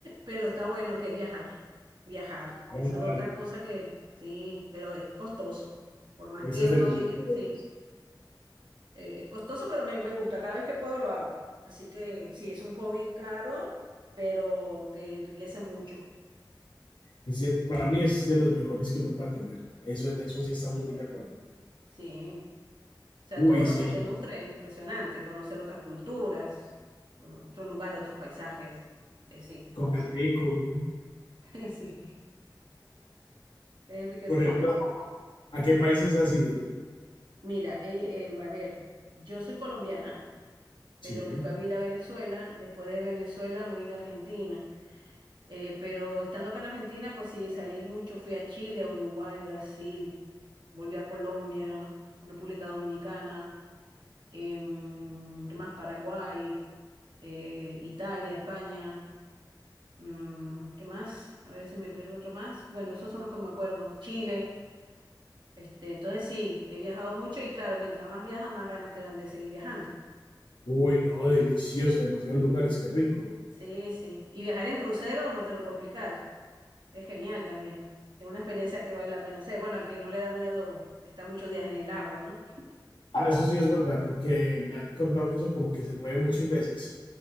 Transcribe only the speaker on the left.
Ah,
no.
Ese
es de
los
mejores.
Ese, para mí es de los mejores que uno pueda tener. Eso, en eso sí estamos muy de acuerdo.
Uy,
sí,
comer rico.
Por ejemplo, ¿a qué países has ido?
Sí.
Uy, no, delicioso, demasiados lugares, qué rico.
Ah, eso sí es verdad, porque me han contado que eso como que se mueve muchas veces.